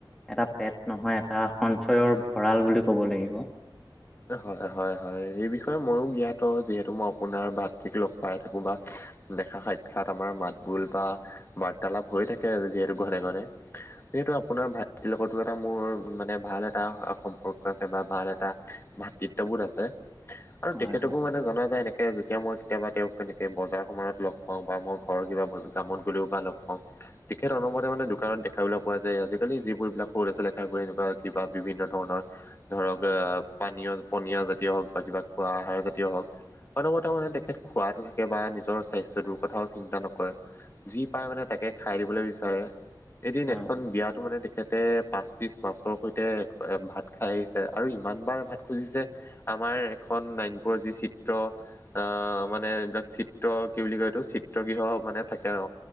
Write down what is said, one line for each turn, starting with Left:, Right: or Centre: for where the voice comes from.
Centre: এটা পেট নহয়, এটা সঞ্চয়ৰ ভঁৰাল বুলি ক'ব লাগিব।
Left: হয়, হয়, হয়। সেই বিষয়ে ময়ো জ্ঞাত, যিহেতু মই আপোনাৰ ভাতৃক লগ পাই থাকোঁ। বা দেখা সাক্ষৎ আমাৰ মাতবোল বা বাৰ্তালাপ হৈ থাকে যিহেতু ঘনে ঘনে। যিহেতু, আপোনাৰ ভাতৃৰ লগতো এটা মোৰ মানে ভাল এটা সম্পৰ্ক আছে বা ভাল এটা ভাতৃত্ববোধ আছে আৰু
Centre: হয়
Left: তেখেতকো
Centre: হয়
Left: মানে জনা যায় এনেকে এতিয়া, মই কেতিয়াবা তেওঁক কেনেকে বজাৰ-সমাৰত লগ পাওঁ বা মই ঘৰৰ কিবা কামত গ'লেও বা লগ পাওঁ তেখেত অনবৰতে মানে দোকানত দেখাবলৈ পোৱা যায়। আজিকালি যিবোৰ বিলাক সৰু ল'ৰা ছোৱালীয়ে কাম কৰে, এনেকুৱা কিবা বিভিন্ন ধৰণৰ ধৰক, আহ পানীয়-পনীয়া জাতীয় হওঁক বা কিবা খোৱা আহাৰ জাতীয় হওঁক অনবৰতে মানে তেখেত খোৱাতে থাকে বা নিজৰ স্বাস্থ্যটোৰ কথাওঁ চিন্তা নকৰে। যি পাই মানে তাকে খাই দিবলৈ বিচাৰে। এদিন
Centre: হয়।
Left: এখন বিয়াতো মানে তে তেখেতে পাঁচ পিচ মাছৰ সৈতে ভাত খাই আহিছে, আৰু ইমান বাৰ ভাত খুজিছে। আমাৰ এখন নাইনপুৰৰ যি চিত্ৰ আহ, মানে এইবিলাক চিত্ৰ ত' কি বুলি কয় এইটো চি চিত্ৰ গৃহ মানে থাকে ন,